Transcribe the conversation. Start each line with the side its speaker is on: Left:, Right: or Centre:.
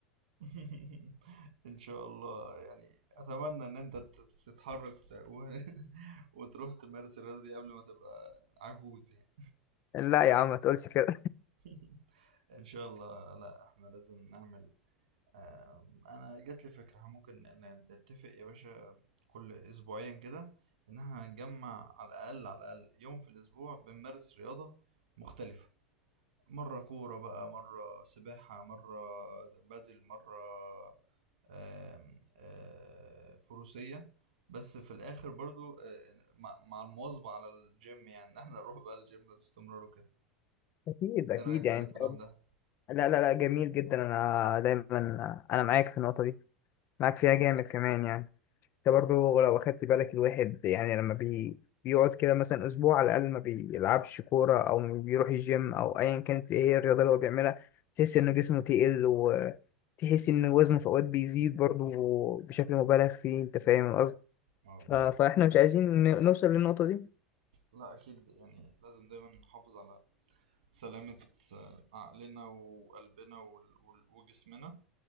Right: <laughs> إن شاء الله يعني أتمنى إن أنت تت- تتحرك وت- و... <laughs> وتروح تمارس الرياضة دي قبل ما تبقى عجوز يعني
Left: لا يا عم ما تقولش كده
Right: <laughs> إن شاء الله لا إحنا لازم نعمل آم، انا جات لي فكره احنا ممكن ن- نتفق يا باشا كل اسبوعيا كده ان احنا هنجمع على الاقل على الاقل يوم في الاسبوع بنمارس رياضه مختلفه مره كوره بقى مره سباحه مره بدل مره آم، آه، فروسيه بس في الاخر برضو آه، مع مع المواظبه على الجيم يعني ان احنا نروح بقى الجيم باستمرار وكده
Left: <laughs> اكيد اكيد
Right: ايه رايك في
Left: يعني
Right: الاقتراح ده
Left: لا لا لا جميل جدا انا دايما انا معاك في النقطه دي معاك فيها جامد كمان يعني انت برضو لو اخدت بالك الواحد يعني لما بي بيقعد كده مثلا اسبوع على الاقل ما بيلعبش كوره او ما بيروح الجيم او ايا كانت ايه هي الرياضه اللي هو بيعملها تحس ان جسمه تقل وتحس ان وزنه في اوقات بيزيد برضو بشكل مبالغ فيه انت فاهم القصد
Right: اه
Left: ف...
Right: اكيد
Left: فاحنا مش عايزين ن- نوصل للنقطه دي
Right: لا اكيد يعني لازم دايما نحافظ على سلامة آه، عقلنا وقلبنا وال- وال- وجسمنا